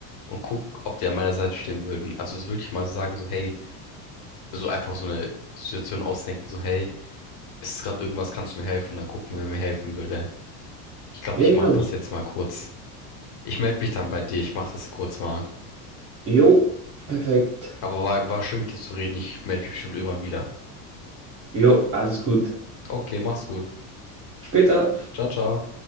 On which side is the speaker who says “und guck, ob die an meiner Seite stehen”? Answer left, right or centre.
Left